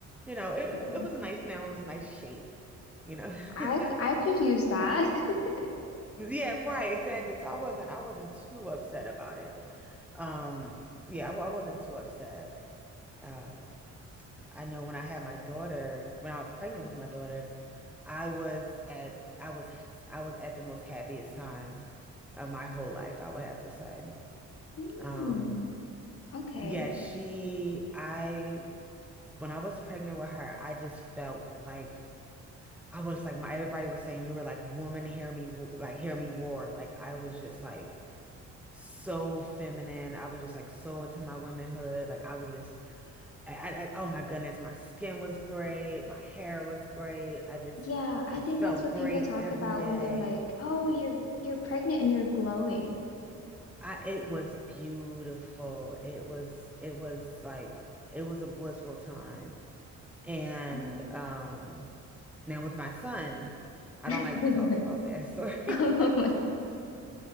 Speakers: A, in the centre; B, on the left (about 50°).
A: you know, it
B: Cool.
A: it was a nice now and it's a nice shape, you know.
B: I
A: <laughs>
B: I could use that. <laughs>
A: Yeah, right, exactly. So I wasn't I wasn't too upset about it. Um, yeah, I, I wasn't too upset. Um I know when I had my daughter, when I was pregnant with my daughter, I was at I was I was at the most happiest time of my whole life, I would have to say.
B: Hmm.
A: Um,
B: Okay.
A: yeah, she I when I was pregnant with her, I just felt like I was like my everybody was saying you were like woman, hear me wo- like hear me roar. Like I was just like so feminine. I was just like so into my womanhood. Like I was just I, I, I- oh my goodness, my skin was great, my hair was great. I just,
B: Yeah,
A: I
B: I think
A: felt
B: that's what
A: great
B: people talk
A: every
B: about
A: day.
B: when they're like, "Oh, you're you're pregnant and you're glowing."
A: I, it was beautiful. It was, it was like, it was a blissful time. And
B: Oh.
A: um, now with my son, I don't
B: <laughs>
A: like to talk about that story
B: Oh my-